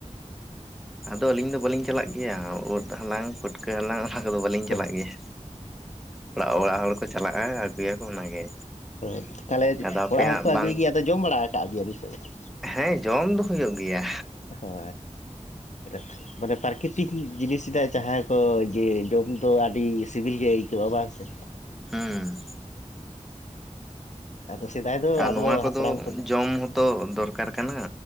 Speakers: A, in the centre; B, on the left.
A: ᱟᱫᱚ ᱟᱹᱞᱤᱧ ᱫᱚ ᱵᱟᱹᱞᱤᱧ ᱪᱟᱞᱟᱜ ᱜᱮᱭᱟ ᱳᱫ ᱦᱟᱞᱟᱝ ᱯᱟᱹᱴᱠᱟᱹ ᱦᱟᱞᱟᱝᱼᱼ ᱠᱚᱫᱚ ᱵᱟᱹᱞᱤᱧ ᱪᱟᱞᱟᱜ
B: ᱦᱳᱭ
A: ᱜᱮᱭᱟ ᱚᱲᱟᱜ ᱚᱲᱟᱜ ᱦᱚᱲ ᱠᱚ ᱪᱟᱞᱟᱜᱼᱟ ᱟᱹᱜᱩᱭᱟᱠᱚ ᱚᱱᱟᱜᱮ?
B: ᱦᱳᱭ ᱛᱟᱦᱞᱮ
A: ᱟᱫᱚ ᱟᱯᱮ
B: ᱚᱲᱟᱜ
A: ᱦᱟᱸᱜ
B: ᱦᱚᱲ ᱠᱚ ᱟᱹᱜᱩᱭ
A: ᱵᱟᱝ
B: ᱜᱤᱭᱟ ᱟᱫᱚ ᱡᱚᱢ ᱵᱟᱲᱟ ᱠᱟᱜ ᱜᱤᱭᱟ ᱵᱤᱱ ᱥᱮ ᱵᱟᱝ?
A: ᱦᱮᱸ ᱡᱚᱢ ᱫᱚ ᱦᱳᱭᱳᱜ ᱜᱤᱭᱟ᱾
B: ᱦᱚᱸ ᱟᱪᱪᱷᱟ ᱢᱟᱱᱮ ᱯᱟᱨᱠᱤᱛᱼᱼ ᱛᱤᱠ ᱡᱤᱱᱤᱥᱫᱟᱭ ᱡᱟᱦᱟᱸᱭ ᱠᱚ ᱡᱮ ᱡᱚᱢ ᱫᱚ ᱟᱰᱤ ᱥᱤᱵᱤᱞ ᱜᱮ ᱟᱹᱭᱠᱟᱹᱜᱼᱟ ᱵᱟᱝ ᱥᱮ?
A: ᱦᱩᱸ᱾
B: ᱟᱫᱚ ᱥᱮᱫᱟᱭ ᱫᱚ
A: ᱟᱨ
B: ᱟᱵᱚ
A: ᱱᱚᱣᱟ ᱠᱚᱫᱚ
B: ᱦᱟᱯᱲᱟᱢ
A: ᱡᱚᱢ ᱦᱚᱸᱛᱚ ᱫᱚᱨᱠᱟᱨ ᱠᱟᱱᱟ